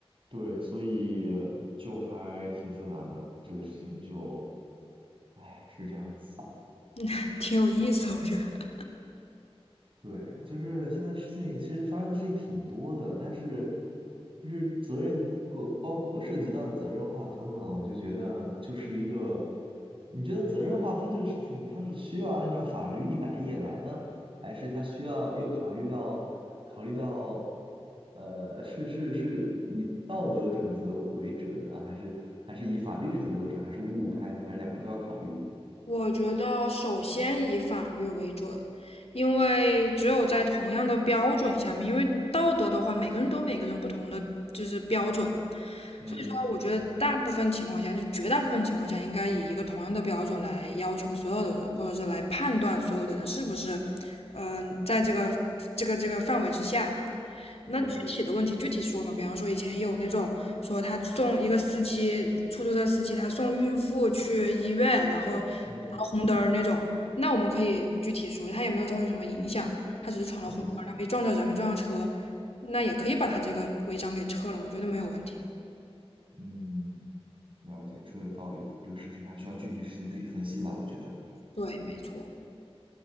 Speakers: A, on the right; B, on the left.
A: 对，所以就还挺复杂的，这个事情就，唉，是这样子。
B: <laughs> 挺有意思，我觉得。
A: 对，就是现在事情其实发生的事情挺多的，但是就是责任过包括涉及到责任划分了，我就觉得就是一个，你觉得责任划分这个事情，它是需要按照法律一板一眼来呢，还是它需要又考虑到考虑到，呃，是是是以道德准则为准呢，还是还是以法律准则为准，还是五五开呢，还是两个都要考虑呢
B: 我觉得首先以法律为准，因为只有在同样的标准下面，因为道德的话，每个人都有每个人不同的就是标准，
A: 嗯
B: 所以说我觉得大部分情况下，就绝大部分情况下，应该以一个同样的标准来要求所有的人，或者是来判断所有的人是不是，嗯、在这个这个这个范围之下。那具体的问题具体说嘛，
A: 嗯
B: 比方说以前有那种说他送一个司机，出租车司机他送孕妇去医院，然后闯了红灯儿那种，
A: 嗯
B: 那我们可以具体说，他也没有造成什么影响，他只是闯了红灯儿他没撞着人，
A: 嗯
B: 没撞着车，那也可以把他这个违章给撤了，我觉得没有问题。
A: 嗯。了解，你说的有道理，这个事情还需要具体事情具体分析吧，我觉得。
B: 对，没错。